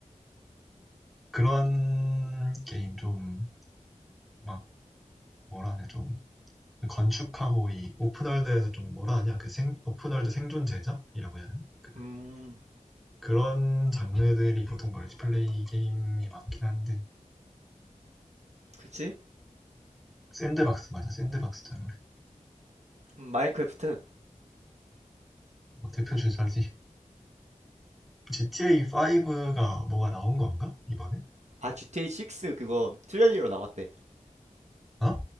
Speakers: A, in the centre; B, on the right (about 60°).
A: 그런 게임 좀 막 뭐라 하냐 좀 건축하고 이 오픈월드에서 좀 뭐라 하냐 그 생, 오픈월드 생존 제작이라고 해야 되나 그,
B: 음,
A: 그런 장르들이 보통 멀티플레이 게임이 많긴 한데
B: 그렇지?
A: 샌드박스 맞아 샌드박스 장르
B: 마인크래프트.
A: 뭐 대표 주자지 GTA 5가 뭐가 나온 건가 이번에
B: 아 GTA 6 그거 트레일러 나왔대.
A: 어